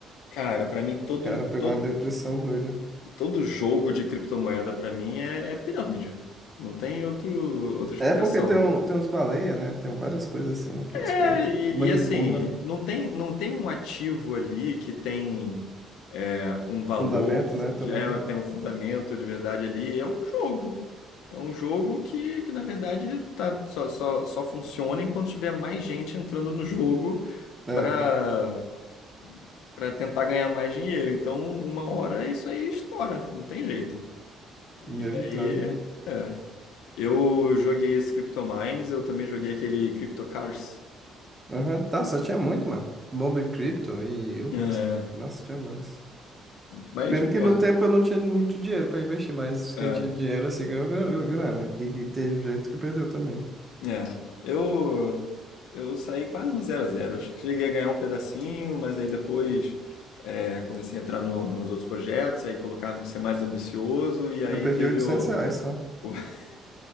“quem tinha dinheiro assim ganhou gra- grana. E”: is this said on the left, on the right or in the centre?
Right